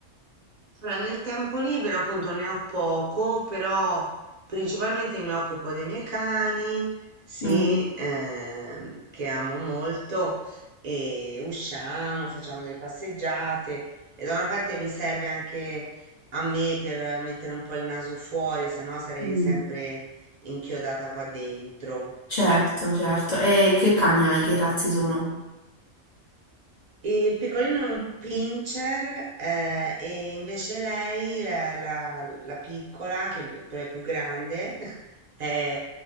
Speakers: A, on the right (about 50°); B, on the left (about 50°).
A: Allora, nel tempo libero appunto ne ho poco, però principalmente mi occupo dei miei cani, sì,
B: Mm,
A: ehm, che amo molto, e usciamo, facciamo delle passeggiate e da una parte mi serve anche a me per mettere un po' il naso fuori, se no sarei
B: mm,
A: sempre inchiodata qua dentro.
B: certo, certo. E che cani hai? Che razze sono?
A: E il piccolino è un pincher, eh, e invece lei, la, la- la piccola, che è però è più grande, <laughs> è-